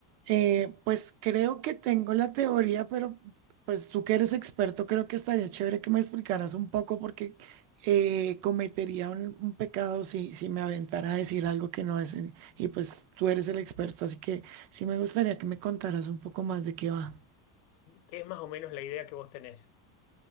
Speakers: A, on the right; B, on the left.
A: Eh, pues creo que tengo la teoría, pero pues tú que eres experto, creo que estaría chévere que me explicaras un poco porque eh, cometería un, un pecado si, si me aventara a decir algo que no es. en- Y pues tú eres el experto, así que sí me gustaría que me contaras un poco más de qué va.
B: ¿Qué es más o menos la idea que vos tenés?